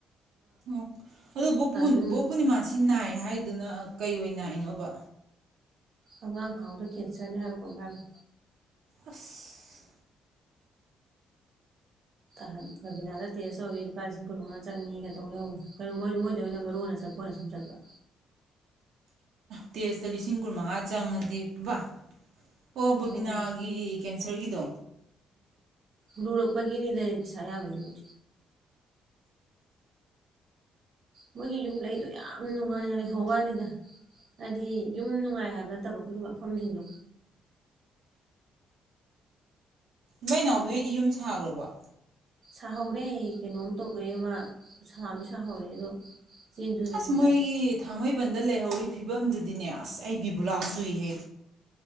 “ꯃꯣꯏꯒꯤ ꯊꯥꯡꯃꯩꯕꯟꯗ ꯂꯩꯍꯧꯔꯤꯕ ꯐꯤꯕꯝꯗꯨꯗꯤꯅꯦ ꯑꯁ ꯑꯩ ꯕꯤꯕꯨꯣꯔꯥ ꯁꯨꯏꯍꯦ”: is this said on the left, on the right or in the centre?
Right